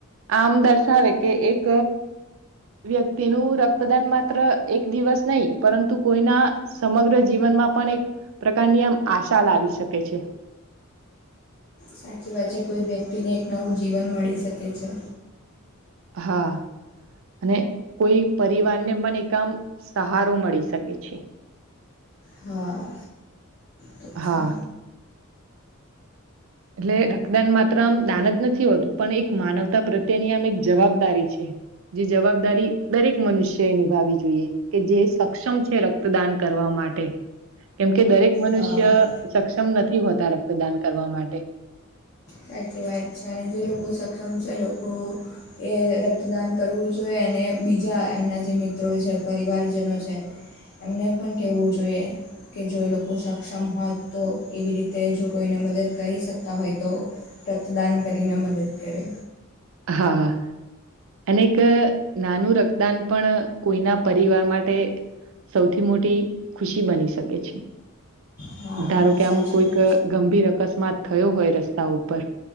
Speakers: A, on the right; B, on the left.
A: આમ દર્શાવે કે એક વ્યક્તિનું રક્તદાન માત્ર એક દિવસ નહી પરંતુ કોઈના સમગ્ર જીવન પણ એક પ્રકારની આમ આશા લાવી શકે છે
B: સાચી વાત છે કોઈ વ્યક્તિને એક નવું જીવન મળી શકે છે
A: હા અને કોઈ પરિવારને પણ એક આમ સહારો મળી શકે છે
B: હા તો
A: હા
B: છે
A: એટલે રક્તદાન માત્ર આમ દાન જ નથી હોતું પણ એક માનવતા પ્રત્યેની આમ એક જવાબદારી છે જે જવાબદારી દરેક મનુષ્ય એ નિભાવી જોઈએ કે જે સક્ષમ છે રક્તદાન કરવામાં માટે કેમકે દરેક મનુષ્ય
B: હા
A: સક્ષમ નથી હોતા રક્તદાન કરવા માટે
B: સાચી વાત છે અને જે લોકો સક્ષમ છે એ લોકો એ રક્તદાન કરવું જોઈએ અને બીજા એમના જે મિત્રો છે પરિવારજનો છે એમને પણ કેહેવું જોઈએ કે જો એ લોકો સક્ષમ હોત તો એવી રીતે જો કોઈને મદદ કરી શકતા હોય તો રક્તદાન કરીને મદદ કરે
A: હા અને એક નાનું રક્તદાન પણ કોઈના પરિવાર માટે સૌથી મોટી ખુશી બની શકે છે
B: હા
A: ધારો કે
B: સાચી
A: આમ કોઈક
B: વાત છે
A: ગંભીર અકસ્માત થયો હોય રસ્તા ઉપર